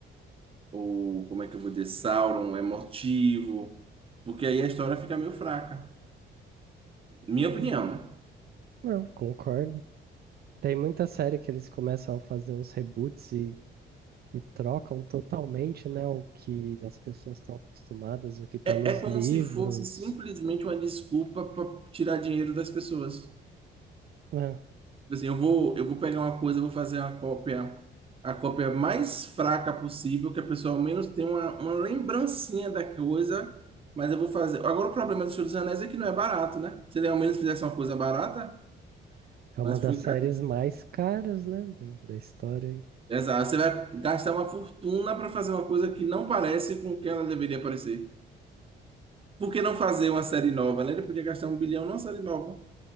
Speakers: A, on the right; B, on the right.
A: ou como é que eu vou dizer, Sauron emotivo, porque aí a história fica meio fraca. Minha opinião,
B: Hum,
A: né?
B: Não, concordo. Tem muita série que eles começam a fazer uns reboots e, e trocam totalmente, né? O que as pessoas estão acostumadas, o que está
A: É,
B: nos
A: é como
B: livros.
A: se fosse simplesmente uma desculpa para tirar dinheiro das pessoas.
B: É,
A: Tipo Assim, eu vou, eu vou pegar uma coisa, eu vou fazer uma cópia, a cópia mais fraca possível, que a pessoa ao menos tenha uma, uma lembrancinha da coisa, mas eu vou fazer. Agora, o problema do Senhor dos Anéis é que não é barato, né? Se ele ao menos fizesse uma coisa barata, mas
B: é uma
A: foi
B: das séries
A: caríssimo.
B: mais caras, né? Da, da história. aí.
A: Exato, você vai gastar uma fortuna para fazer uma coisa que não parece com o que ela deveria parecer. Por que não fazer uma série nova, né? Ele podia gastar um bilhão numa série nova.